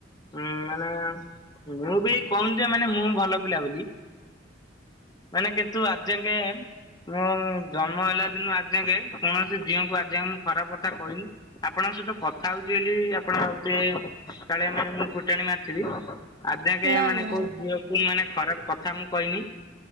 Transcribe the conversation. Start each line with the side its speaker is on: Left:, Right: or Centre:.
Left: ହୁଁ ମାନେ ମୁଁ ବି କହୁନି ଯେ ମାନେ ମୁଁ ବି ଭଲ ପିଲା ବୋଲି। ମାନେ କିନ୍ତୁ ଆଜିଯାଙ୍କେ ମୁଁ ଜନ୍ମ ହେଲା ଦିନ ଆଜିଯାଙ୍କେ କୌଣସି ଝିଅଙ୍କୁ ଆଜି ମୁଁ ଖରାପ କଥା କହିନି। ଆପଣଙ୍କ ସହିତ କଥା ହଉଛି ବୋଲି ଆପଣ ଭାବୁଥିବେ କାଳେ ମାନେ ମୁଁ ଫୁଟାଣି ମାରିଥିବି। ଆଜି ଯାକେ
Right: ନା
Left: ମାନେ
Right: ନା
Left: କୋଉ
Right: ଆଜ୍ଞା
Left: ଝିଅକୁ ମାନେ ଖରାପ୍ କଥା ମୁଁ କହିନି